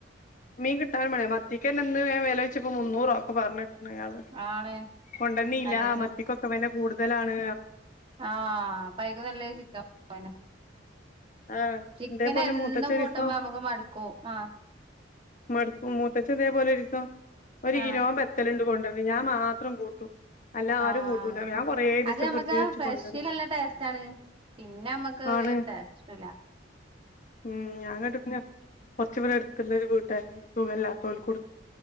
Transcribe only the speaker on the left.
മീൻ കിട്ടാൻ മയേ മത്തിക്ക് എന്നെന്ന് വില വെച്ചപ്പോ മുന്നൂറോ ഒക്കെ പറഞ്ഞിട്ട് യാള്
കൊണ്ടന്നില്ല
മത്തിക്കൊക്കെ വില കൂടുതലാണ്
ആഹ്
ഇതേപോലെ
മൂത്തച്ചി ഒരീസം
മടുക്കും മൂത്തച് അതേപോലെ ഒരു ദസം ഒരു
കിലോ ബെത്തലുണ്ട് കൊണ്ടുവന്ന ഞാൻ മാത്രം കൂട്ടും അല്ല ആരും
കൂട്ടൂല ഞാൻ കൊറേ ദിവസം
ഫ്രിഡ്ജ് വെച്ച്
കൊണ്ടടന്ന്
ആണ്
ഉം ഞങ്ങോട്ട് പിന്നെ കൊറച്ചു പേടെ എടുത്തുള്ളരു വീട്ടായി സുഖല്ലാത്ത പോല് കൊടുത്ത്